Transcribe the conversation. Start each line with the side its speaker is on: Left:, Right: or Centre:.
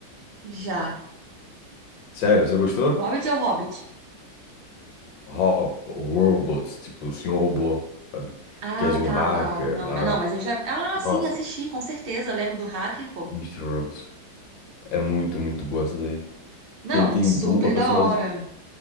Right: Já.
Left: Sério, você gostou?
Right: Hobbit é o Hobbit.
Left: Rob, Robots, tipo, o Senhor Robô, sabe?
Right: Ah,
Left: Que é de
Right: tá,
Left: um hacker
Right: não, não,
Left: lá.
Right: mas não, mas eu já. Ah,
Left: Nossa,
Right: sim, assisti, com certeza. Lembro do hacker, pô.
Left: Mister Robot. É muito, muito boa essa daí.
Right: Não,
Left: que ele tem
Right: super
Left: dupla personalidade,
Right: da hora.